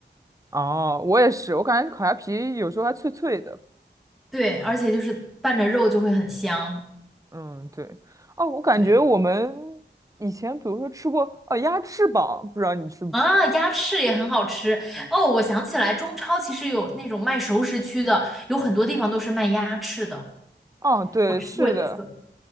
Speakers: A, on the right (about 15°); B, in the centre.
A: 哦，我也是，我感觉烤鸭皮有时候还脆脆的。
B: 对，而且就是拌着肉就会很香。
A: 嗯，对。哦，我感觉我们
B: 对。
A: 以前比如说吃过哦鸭翅膀，不知道你吃不吃？
B: 啊，鸭翅也很好吃哦！我想起来，中超其实有那种卖熟食区的，有很多地方都是卖鸭翅的。
A: 哦，对，
B: 我吃过一次，
A: 是的，